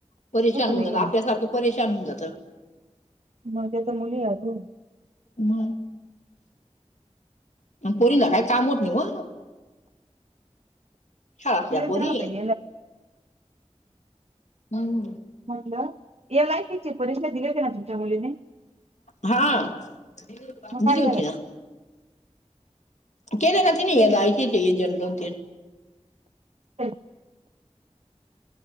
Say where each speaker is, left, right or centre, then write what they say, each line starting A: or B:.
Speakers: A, on the left (about 80°); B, on the right (about 65°).
A: परेशान
B: झोप
A: होऊन
B: नाही
A: जात
B: येणार
A: आपल्यासारखं परेशान होऊन जात
B: मझ्या तर मुली आू
A: मग परी काय काम होत नाही व शाळातल्या पोरी
B: त पय
A: होम
B: म्हटलं यालाय त्यािची परीक्षा दिली होती ना तुमच्या मुलीने
A: हा जली
B: मग काय
A: होती
B: झालं
A: ना कर खात नाहीलायचे
B: दिली ना
A: आहे जनलूनतेल
B: हं